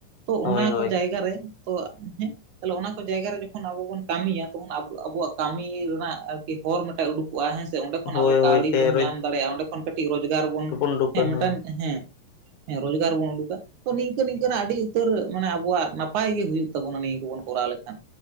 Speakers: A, on the right; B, on the left.
A: ᱛᱚ
B: ᱦᱳᱭ
A: ᱚᱱᱟ
B: ᱦᱳᱭ
A: ᱠᱚ ᱡᱟᱭᱜᱟ ᱨᱮ ᱛᱚ ᱦᱮᱸ ᱛᱟᱦᱚᱞᱮ ᱚᱱᱟ ᱠᱚ ᱡᱟᱭᱜᱟ ᱨᱮ, ᱡᱚᱠᱷᱚᱱ ᱟᱵᱚ ᱵᱚᱱ ᱠᱟᱹᱢᱤᱭᱟ, ᱛᱚᱠᱷᱚᱱ ᱟᱵᱚ ᱟᱵᱩᱣᱟᱜ ᱠᱟᱹᱢᱤ ᱨᱮᱱᱟᱜ ᱟᱨ ᱠᱤ ᱦᱚᱨ ᱢᱤᱫᱴᱟᱜ ᱩᱰᱩᱠᱚᱜᱼᱟ ᱦᱮᱸ ᱥᱮ, ᱚᱸᱰᱮ ᱠᱷᱚᱱ
B: ᱦᱳᱭ
A: ᱟᱵᱚ
B: ᱦᱳᱭ
A: ᱠᱟᱹᱣᱰᱤ
B: ᱥᱮ
A: ᱵᱚᱱ ᱧᱟᱢ ᱫᱟᱲᱮᱭᱟᱜᱼᱟ᱾ ᱚᱸᱰᱮ ᱠᱷᱚᱱ ᱠᱟᱹᱴᱤᱡ ᱨᱳᱡᱽᱜᱟᱨ ᱵᱚᱱ
B: ᱳᱵᱩᱠᱟ ᱦᱮᱸ᱾
A: ᱦᱮᱸ, ᱦᱮᱸ ᱨᱚᱡᱽᱜᱟᱨ ᱵᱚᱱ ᱩᱰᱩᱠᱟ, ᱛᱚ ᱱᱤᱝᱠᱟᱹ ᱱᱤᱝᱠᱟᱹᱱᱟᱜ, ᱟᱹᱰᱤ ᱩᱛᱟᱹᱨ ᱢᱟᱱᱮ ᱟᱵᱚᱣᱟᱜ ᱱᱟᱯᱟᱭ ᱜᱮ ᱦᱳᱭᱩᱜ ᱛᱟᱵᱩᱱᱟ ᱱᱤᱭᱟᱹ ᱠᱚᱵᱚᱱ ᱠᱚᱨᱟᱣ ᱞᱮᱠᱷᱟᱱ᱾